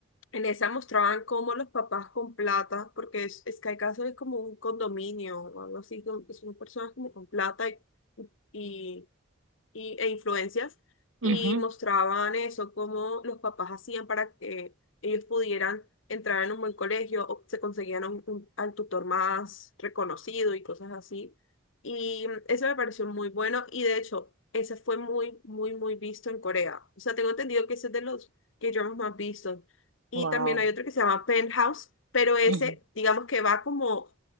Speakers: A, on the left; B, on the right.
A: en esa mostraban cómo los papás con plata, porque es, es que hay casos es como un condominio o algo así, que son personas como con plata y, y y, e influencias y
B: ujú.
A: mostraban eso, cómo los papás hacían para que ellos pudieran entrar en un buen colegio o se conseguían un, un- al tutor más reconocido y cosas así. Y mm, eso me pareció muy bueno y de hecho, ese fue muy, muy, muy visto en Corea. O sea, tengo entendido que ese es de los que yo más visto. Y
B: Wow.
A: también hay otro que se llama Penthouse, pero ese,
B: Ujú.
A: digamos que va como...